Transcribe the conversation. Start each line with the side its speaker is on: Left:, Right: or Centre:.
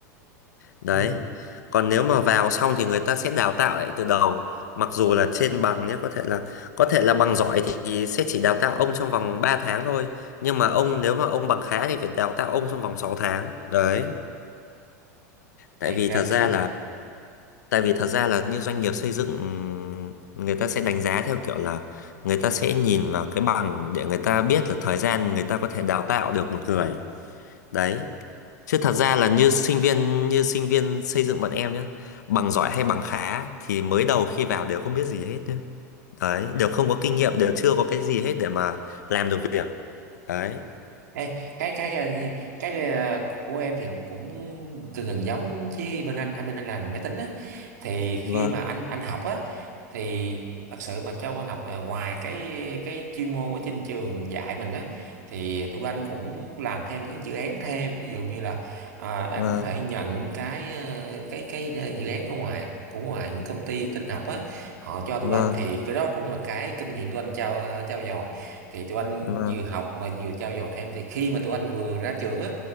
Left: đấy
Right: Ừ.
Left: còn nếu mà vào xong thì người ta sẽ đào tạo lại từ đầu mặc dù là trên bằng nhé có thể là có thể là bằng giỏi thì sẽ chỉ đào tạo ông trong vòng 3 tháng thôi nhưng mà ông nếu mà ông bằng khá thì phải đào tạo ông trong vòng sáu tháng đấy tại
Right: thì
Left: vì
Right: cái,
Left: thật ra
Right: cái,
Left: là Tại vì thật ra là như doanh nghiệp xây dựng người ta sẽ đánh giá theo kiểu là người ta sẽ nhìn vào cái bằng để người ta biết là thời gian người ta có thể đào tạo được một người. Đấy. Chứ thật ra là như sinh viên như sinh viên xây dựng bọn em nhé, bằng giỏi hay bằng khá thì mới đầu khi vào đều không biết gì hết nhé. Đấy, đều không có kinh nghiệm, đều chưa có cái gì hết để mà làm được việc. Đấy.
Right: Ê, cái cái cái cái ờ, của em thì cũng gần gần giống với bên anh anh bên anh làm máy tính á thì
Left: Vâng,
Right: khi mà anh anh học á thì thật sự mà cho con học là ngoài cái cái chuyên môn ở trên trường dạy mình á thì tụi anh cũng làm thêm cái dự án thêm ví dụ như là à, anh
Left: vâng,
Right: có thể nhận cái ờ, cái cái ờ, dự án ở ngoài của ngoài những công ty tin học á họ cho tụi
Left: vâng,
Right: anh thì cái đó cũng là cái kinh nghiệm tụi anh trao trao dồi thì tụi anh
Left: vâng.
Right: vừa học mà vừa trau dồi thêm thì khi mà tụi anh vừa ra trường á